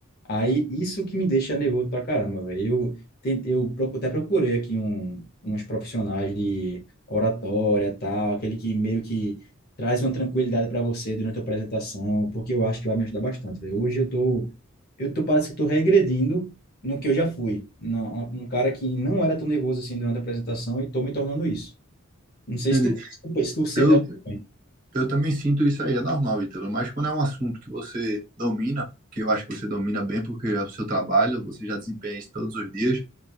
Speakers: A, on the left; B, on the right.
A: Aí, isso que me deixa nervoso pra caramba, velho. Eu, ten- eu procu- até procurei aqui um, uns profissionais de oratória, tal, aquele que meio que traz uma tranquilidade para você durante a apresentação, porque eu acho que vai me ajudar bastante, velho. Hoje eu tô, eu tô, parece que eu tô regredindo no que eu já fui. Na- um um cara que não era tão nervoso assim durante a apresentação e tô me tornando isso. Não sei
B: Entendi.
A: se tu, se tu se tu sente
B: Eu,
A: assim.
B: Eu também sinto isso aí, é normal, Ítalo, mas quando é um assunto que você domina, que eu acho que você domina bem, porque é o seu trabalho, você já desempenha isso todos os dias,